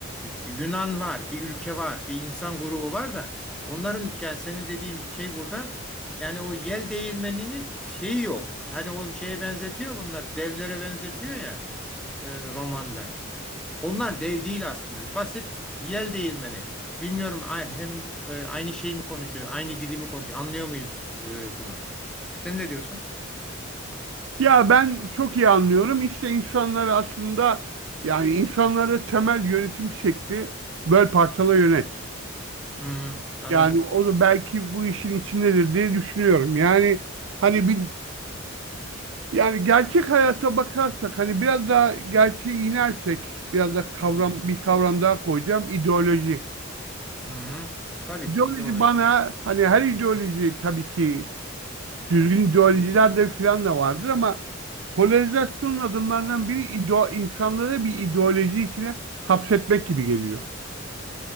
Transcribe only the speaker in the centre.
e, Yunan var, bir ülke var, bir insan grubu var da onların yani senin dediğin şey burada yani o yel değirmeninin şeyi yok. Hani o şeye benzetiyor bunları, devlere benzetiyor ya e, romanda. Onlar dev değil aslında. Basit yel değirmeni. Bilmiyorum ay- hem e, aynı şeyi mi konuşuyor, aynı dili mi konuşuyor? Anlıyor muyuz e, bunu? Sen ne diyorsun?
Hmm, anladım.
Hı hı.
Hı hı. Tabii
ki ideoloji.